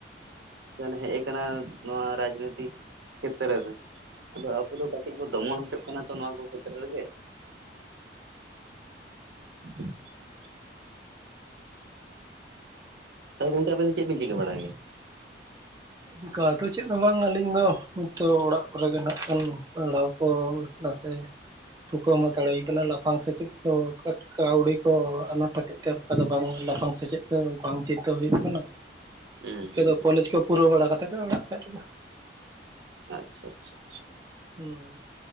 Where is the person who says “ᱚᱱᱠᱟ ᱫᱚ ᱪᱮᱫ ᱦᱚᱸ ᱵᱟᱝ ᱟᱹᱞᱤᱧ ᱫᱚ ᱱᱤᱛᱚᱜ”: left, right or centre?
Right